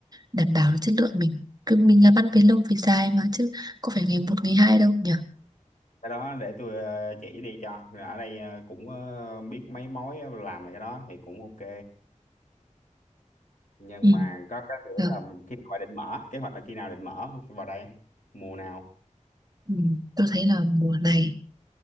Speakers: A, on the right; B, on the left.
A: đảm bảo được chất lượng mình. Cứ mình làm ăn về lâu về dài mà chứ có phải ngày một ngày hai đâu nhỉ?
B: cái đó để tôi ờ, chỉ đi cho Rồi ở đây ờ, cũng ờ, biết mấy mối làm về cái đó thì cũng ok nhưng
A: Ừ.
B: mà có cái nữa
A: Được.
B: là khi nào định mở kế hoạch là khi nào định mở vào đây mùa nào
A: Ừ, tôi thấy là mùa này